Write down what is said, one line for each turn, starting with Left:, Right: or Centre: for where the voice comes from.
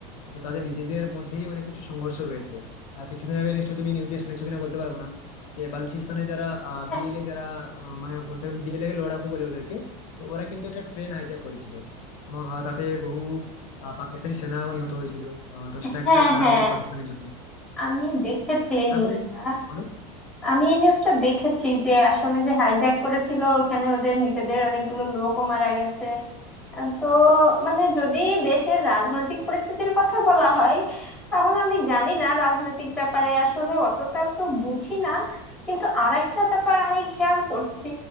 Left: তো তাদের নিজেদের মধ্যেই অনেক কিছু সংঘর্ষ রয়েছে আহ, কিছুদিন আগে নিশ্চয়ই তুমি নিউজে শুনেছো কিনা বলতে পারবো না যে বালুচিস্তানে যারা
Centre: হ্যাঁ
Left: বিএলএ যারা আহ, মানে বলতে গেলে বিএলএ লড়াকু বলে ওদেরকে তো ওরা কিন্তু একটা ট্রেন হাইজ্যাক করেছিল এবং আহ, তাতে বহু আহ, পাকিস্তানি সেনাও নিহত হয়েছিল আহ, তো সেটা
Centre: হ্যাঁ
Left: একটা খারাপ
Centre: হ্যাঁ,
Left: হইতো পাকিস্তানের জন্য
Centre: আমি দেখেছি এই
Left: তারপর
Centre: নিউজটা
Left: তুমি বলো
Centre: আমি এই নিউজটা দেখেছি যে আসলে যে হাইজ্যাক করেছিল ওখানে ওদের নিজেদের অনেকগুলো লোকও মারা গেছে আহ, তো মানে যদি দেশের রাজনৈতিক পরিস্থিতির কথা বলা হয় তাহলে আমি জানি না রাজনৈতিক ব্যাপারে আসলে অতটাও তো বুঝি না কিন্তু আরেকটা ব্যাপার আমি খেয়াল করছি